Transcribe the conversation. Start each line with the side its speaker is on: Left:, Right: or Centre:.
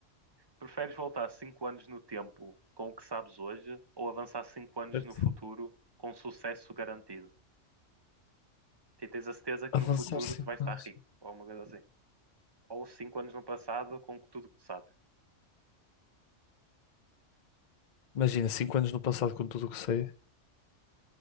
Right: preferes voltar 5 anos no tempo com o que sabes hoje ou avançar 5 anos
Left: Certo?
Right: no futuro com sucesso garantido? E tens a certeza que
Left: Avançar
Right: no futuro
Left: 5
Right: tu vais estar
Left: anos.
Right: rico, ou alguma coisa assim. Ou 5 anos no passado com tudo que tu sabes.
Left: Imagina, cinco anos no passado, com tudo o que sei,